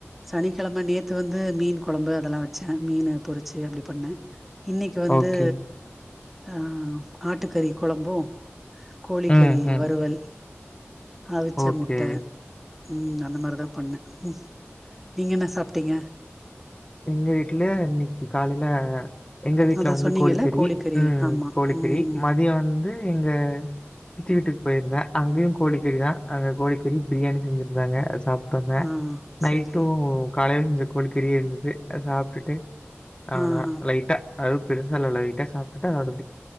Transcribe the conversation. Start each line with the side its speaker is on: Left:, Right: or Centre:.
Centre: சனிக்கெழமே நேத்து வந்து மீன் குழம்பு அதெல்லா வச்சே மீன் பொறிச்சு அப்டி பண்ணே இன்னைக்கு வந்து
Left: ஓகே.
Centre: அ ஆட்டுக்கறி கொழம்பு கோழிக்கறி
Left: ம், ம்.
Centre: வறுவல் அவிச்ச
Left: ஓகே.
Centre: முட்ட ம் அந்த மாரிதா பண்ணே ம் நீங்க என்ன சாப்ட்டீங்க
Left: எங்க வீட்ல இன்னைக்கி காலைல எங்க வீட்ல
Centre: அதா
Left: வந்து
Centre: சொன்னீங்கல்ல
Left: கோழிகறி
Centre: கோழிக்கறி
Left: ம்
Centre: ஆமா
Left: கோழிகறி
Centre: ம்
Left: மதியோ வந்து இங்க சித்தி வீட்டுக் போயிருந்தே அங்கியு கோழிக்கறிதா அங்க கோழிக்கறி பிரியாணி செஞ்சிருந்தாங்க அது சாப் ட்ருந்தே
Centre: ஆ
Left: நய்ட்டு
Centre: செரி
Left: காலையில செஞ்ச கோழிக்கறியே இருந்துது சாப்ட்டுட்டு அவ்ளோதா
Centre: ஆ ஆ
Left: லைட்டா அது பெருசா இல்ல லைட்டா சாப்ட்டுட்டு அதோட